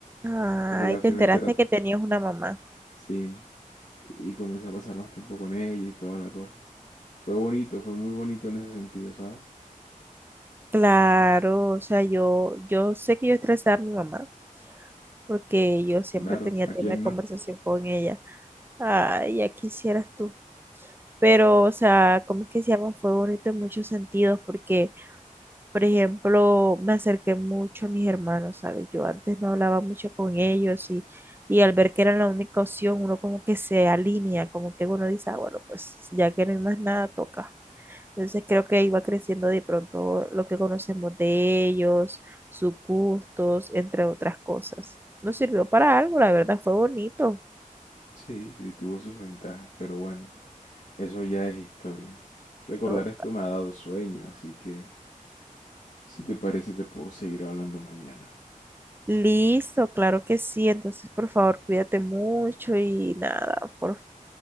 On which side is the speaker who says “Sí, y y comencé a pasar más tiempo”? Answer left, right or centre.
Left